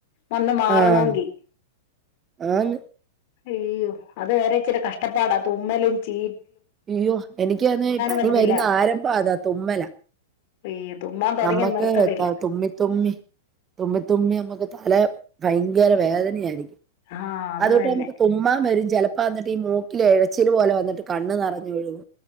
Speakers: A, on the left; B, on the right.
A: വന്ന് മാറണോങ്കി
B: ആഹ് ആന്ന്
A: അയ്യോ അത് വേറെ ഇച്ചിരി കഷ്ടപ്പാടാ തുമ്മലും ചീ
B: അയ്യോ എനിക്ക് അയ്ന്ന് പനി
A: പറ്റത്തില്ല
B: വരുന്ന ആരംഭ അതാ തുമ്മല
A: അയ്യോ തുമ്മാൻ തുടങ്ങിയ
B: നമ്മക്ക്
A: നിർത്തത്തില്ല
B: ത തുമ്മി തുമ്മി തുമ്മ തുമ്മി അമ്മക്ക് തല ഭയങ്കര വേദനയായിരിക്കും
A: ആഹ് അത്
B: അതോട്ട്
A: തന്നെ
B: നമുക്ക് തുമ്മാ വരും ചെലപ്പ വന്നിട്ട് ഈ മൂക്കിലെ എഴച്ചിലു പോലെ വന്നിട്ട് കണ്ണ് നിറഞ്ഞൊഴുക